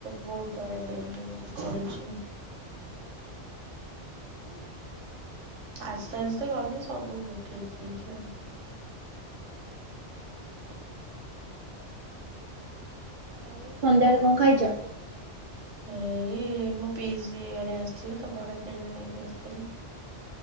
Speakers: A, on the right; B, on the right.
A: ବହୁତ ଆଡେ କରୁଛି। <inaudible> ଆସ୍ତେ ଆସ୍ତେ ଗଲେ ସବୁ ଠିକ ହେଇଯିବ। <inaudible>
B: ଆଉ ସନ୍ଧ୍ୟାବେଳେ କଣ ଖାଇଛ?
A: ଏଇ ଏ ମୋ ପିସି ଘରେ ଆସିଥିଲି ତ ବରା ପିଆଜି ନେଇକି ଆସିଥିଲେ।